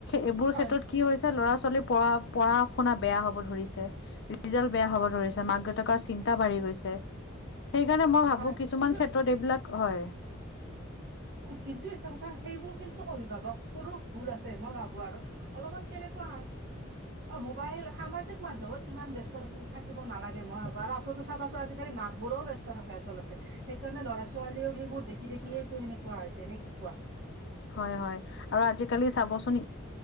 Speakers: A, on the left; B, on the right.
A: এইবোৰ
B: হয়
A: ক্ষেত্ৰত কি হৈছে লৰা ছোৱালীৰ। পঢ়া শুনা বেয়া হব ধৰিছে, ৰিজাল্ট বেয়া হব ধৰিছে, মাক দেউতাকৰ। চিন্তা বাঢ়ি গৈছে, সেইকাৰণে মই ভাবো
B: হয়
A: কিছুমান
B: কিন্তু
A: ক্ষেত্ৰত এইবিলাক হয়।
B: কিন্তু এটা কথা সেইবোৰ কিন্তু অভিভাৱক বোৰো ভুল আছে মই ভাবো আৰু অলপমান কেনেকুৱা। মোবাইল সামাজিক মাধ্যমত ইমান ব্যস্ত থাকিব নালাগে মই ভাবো, আৰু আচলতে। চাবাচোন আজিকালি মাকবোৰেও ব্যস্ত থাকে আচলতে, সেইকাৰণে লৰা ছোৱালীয়েও সেইবোৰ দেখি দেখিয়েইটো সেনে। কোৱা হৈছে নে কোৱা?
A: হয় হয় আৰু আজিকালি চাবচোন